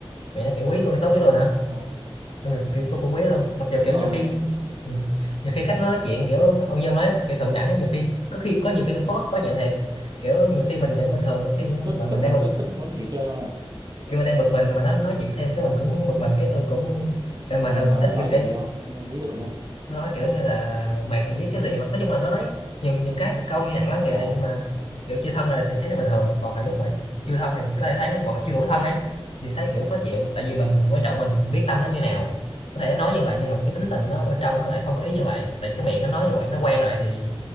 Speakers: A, on the left; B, on the right.
A: mẹ nó kiểu quý tôi tốt với tôi nữa
B: Ồ,
A: nên là kiểu tôi cũng quý luôn mặc dù
B: đúng
A: kiểu
B: rồi.
A: nhiều khi ừ, nhiều khi cách nó nói chuyện kiểu ông Nhân nói kiểu thượng đẳng ấy, nhiều khi có khi có nhiều khi tôi khó khó chịu thiệt kiểu nhiều khi mình vẫn bình thường nhiều khi
B: Tức
A: mà mình
B: tức
A: đang
B: mà
A: bực
B: tức tức muốn nghỉ chơi không à?
A: kiểu mình đang bực mình mà nó nói chuyện thêm cái mình cũng bực mình cái tôi cũng em mà
B: Là,
A: hơn
B: là
A: ít
B: nó nói
A: kiểu cái
B: kiểu gì không? Ông- Ví dụ thế.
A: nó nói kiểu như là mày thì biết cái gì hoặc nói chung là nó nói nhiều nhiều cái câu nghe nặng lắm
B: À
A: kìa nhưng mà kiểu chưa thân rồi thì thấy nó bình thường còn hồi lúc mà chưa thân thì có thể thấy hoặc là chưa đủ thân ấy thì thấy kiểu khó chịu tại vì mình
B: ờ
A: quan trọng mình biết tâm nó như nào có thể nói như vậy nhưng mà cái tính tình nó bên trong nó lại không có ý như vậy tại cái miệng nó nói như vậy nó quen rồi thì